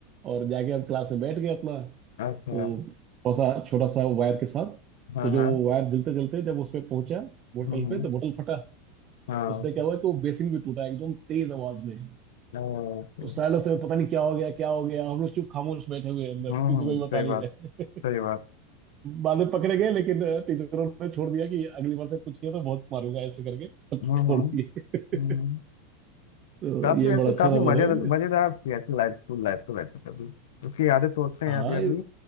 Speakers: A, on the right; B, on the left.
A: और जाके हम क्लास में बैठ गए अपना
B: अच्छा
A: वो थोड़ा सा छोटा सा वायर के साथ
B: हाँ
A: तो जो
B: हाँ
A: वायर जलते जलते जब उस पे पहुंचा बोतल
B: हम्म हम्म
A: पे तो बोतल फटा
B: हाँ
A: उससे क्या हुआ कि वो बेसिन भी टूटा एकदम तेज आवाज में
B: ओके
A: उस सालों से पता नहीं क्या हो गया क्या हो गया हम लोग चुप खामोश बैठे हुए हैं अंदर
B: हम्म
A: किसी
B: हम्म
A: को भी
B: सही
A: बता नहीं
B: बात
A: रहे
B: सही बात
A: बाद में पकड़े गए लेकिन अ, टीचरों ने छोड़ दिया कि अगली बार से कुछ किया तो बहुत मारूंगा ऐसे करके सब
B: हम्म
A: छोड़
B: हम्म
A: दिए
B: हम्म
A: <laughs> तो
B: काफी
A: ये
B: वैसे
A: बड़ा अच्छा
B: काफी
A: रहता
B: मजे
A: था
B: मजेदार थी ऐसे लाइफ स्कूल लाइफ तो वैसे कभी उसकी यादें सोचते हैं
A: हाँ
B: अभी अभी